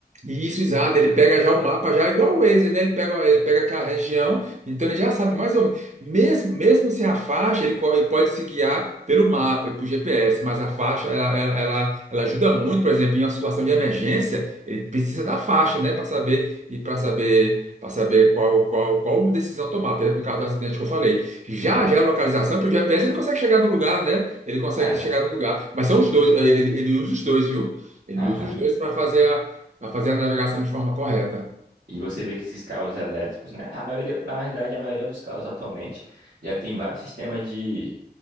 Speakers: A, on the right; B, on the right.
A: Isso, exato. Ele pega já o mapa, já igual o Waze, né? Ele pega, ele pega aquela região, então ele já sabe mais ou menos. Mesmo, mesmo sem a faixa, ele, co- ele pode se guiar pelo mapa e por GPS, mas a faixa, ela, ela, ela, ela ajuda muito, por exemplo, em uma situação de emergência, ele precisa da faixa, né? Para saber e para saber, para saber qual, qual, qual decisão tomar. Por exemplo, o caso do acidente que eu falei. Já,
B: Uhum.
A: já a localização, pelo GPS, ele consegue chegar no lugar, né? Ele consegue
B: É,
A: chegar no lugar. Mas são os dois, ele, ele usa os dois, viu? Ele
B: aham.
A: usa os dois para fazer a para fazer a navegação de forma correta.
B: E você vê que esses carros elétricos, né? A maioria, na verdade, a maioria dos carros atualmente já tem vários sistemas de,